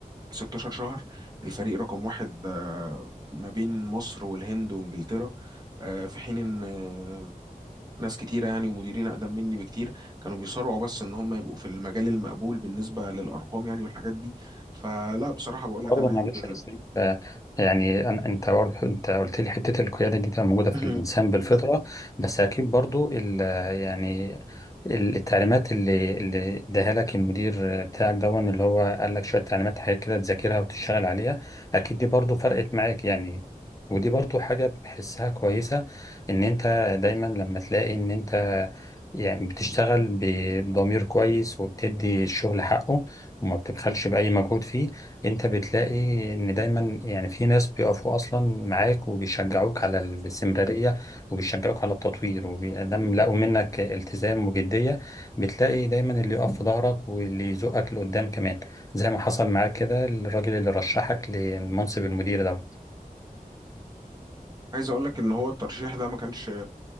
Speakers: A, on the right; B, on the left.
A: 16 شهر الفريق رقم واحد آه، ما بين مصر والهند وانجلترا آه، في حين ان آه، ناس كتيره يعني ومديرين اقدم مني بكتير كانوا بيصارعوا بس ان هم يبقوا في المجال المقبول بالنسبه للارقام يعني والحاجات دي فلا بصراحه بقول لك
B: برضه
A: انا يمكن
B: معلش يا ياسين آه، يعني أن- انت برضه انت قلت لي حته القياده دي تبقى موجوده في
A: مهم.
B: الانسان بالفطره بس اكيد برضه ال- يعني ال- التعليمات اللي اللي اداها لك المدير بتاعك دون اللي هو قال لك شويه تعليمات حاجات كده تذاكرها وتشتغل عليها اكيد دي برضه فرقت معاك يعني ودي برضه حاجه بحسها كويسه ان انت دايما لما تلاقي ان انت يعني بتشتغل بضمير كويس وبتدي الشغل حقه وما بتبخلش باي مجهود فيه انت بتلاقي ان دايما يعني في ناس بيقفوا اصلا معاك وبيشجعوك على الاستمرارية وبيشجعوك على التطوير ودام لقوا منك التزام وجدية بتلاقي دايما اللي يقف في ظهرك واللي يزقك لقدام كمان زي ما حصل معاك كده الراجل اللي رشحك لمنصب المدير ده
A: <clears throat> عايز اقول لك ان هو الترشيح ده ما كانش